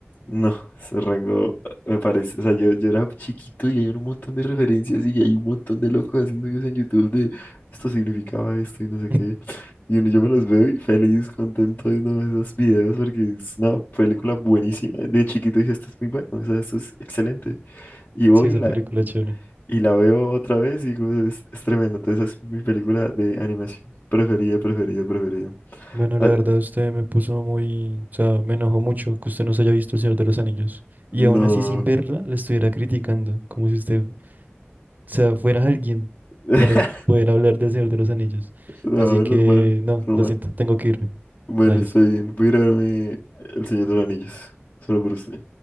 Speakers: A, on the left; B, on the right.
A: No, ese rango me parece. O sea, yo, yo era chiquito y hay un montón de referencias y hay un montón de locos haciendo videos en YouTube de esto significaba esto y no sé
B: <laughs>
A: qué. Y uno- yo me los veo y feliz, contento viendo esos videos porque es una película buenísima. De chiquito dije, esto es muy bueno, o sea, esto es excelente. Y hoy
B: Sí, esa
A: la
B: película es chévere.
A: Y la veo otra vez y digo, es, es tremendo. Entonces es mi película de animación preferida, preferida, preferida.
B: Bueno,
A: Ah,
B: la verdad, usted me puso muy, o sea, me enojó mucho que usted no se haya visto El Señor de los Anillos. Y
A: no.
B: aún así, sin verla, la estuviera criticando, como si usted sea, fuera alguien
A: <laughs>
B: para poder hablar del Señor de los Anillos.
A: No,
B: Así que,
A: normal,
B: no,
A: normal.
B: lo siento, tengo que irme.
A: Bueno,
B: Adiós.
A: está bien. Voy a ir a verme El Señor de los Anillos. Solo por usted.